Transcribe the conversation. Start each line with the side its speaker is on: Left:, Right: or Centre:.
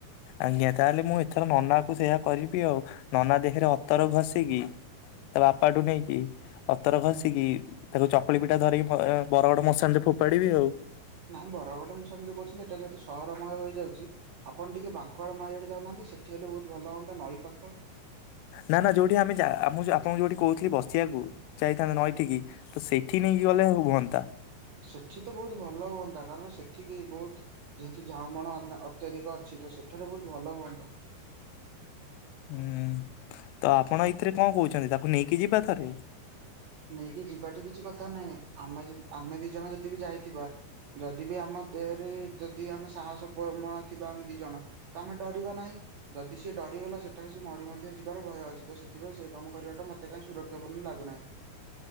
Left: ଆଜ୍ଞା! ତାହେଲେ ମୁଁ ଏଥର ନନା କୁ ସେୟା କରିବି ଆଉ, ନନା ଦେହରେ ଅତର ଘଷିକି ତା ବାପାଠୁ ନେଇକି ଅତର ଘସିକି ତାକୁ ଚକୁଳି ପିଠା ଧରିକି ବର ଗଡ ମଶଣି ରେ ଫୋପାଡିବି ଆଉ
Right: ନାହିଁ ବଡ଼ ବଡ଼ ମିଶନ ଯୋଉ କରୁଛନ୍ତି, ଏଇଟା ଯେହେତୁ ସହରମୟ ହେଇଯାଉଛି। ଆପଣ ଟିକେ ବାଙ୍କ ନଈ ଆଡେ ଯାଉନାହାନ୍ତି। ସେଠି ହେଲେ ବହୁତ ଭଲ ହୁଅନ୍ତା, ନଈ ପାଖ
Left: ନା -ନା ଯୋଉଠି ଆମେ ଯା ଆପଣଙ୍କୁ ଯୋଉଠି କହୁଥିଲି ବସିବାକୁ। ଯାଇଥାନ୍ତା ନଇଠିକି, ତ ସେଇଠି ନେଇକି ଗଲେ ହୁଅନ୍ତା।
Right: ସେଠି ତ ବହୁତ ଭଲ ହୁଅନ୍ତା। କାରଣ ସେଠିକି ବହୁତ ଯେହେତୁ ଝାଉ ବଣ ଅତ୍ୟଧିକ ଅଛି। ତ ସେଠାରେ ବହୁତ ଭଲ ହୁଅନ୍ତା।
Left: ହୁଁ, ତ ଆପଣ ଏଇଥିରେ କଣ କହୁଛନ୍ତି। ତାକୁ ନେଇକି ଯିବା ଥରେ
Right: ନେଇକି ଯିବାଟ କିଛି କଥା ନାହିଁ, ଆମେ -ଆମେ ଦି ଜଣ ଯଦି ବି ଯାଇଥିବା। ଯଦି ବି ଆମ ଦେହରେ, ଯଦି ଆମେ ସାହସମ ଥିବା ଆମେ ଦି ଜଣ ତମେ ଆମେ ଡରିବା ନାହିଁ। ଯଦି ସିଏ ଡରିଗଲା ସେଠାରେ ସ ମରି ମଧ୍ୟ ଯିବାର ଭୟ ଅଛି। ତ ସେଥିପାଇଁ ସେ କାମ କରିବା ଟା ମୋତେ କାହିଁ ସୁରକ୍ଷାପୂର୍ଣ୍ଣ ବୋଲି ଲାଗୁନାହିଁ।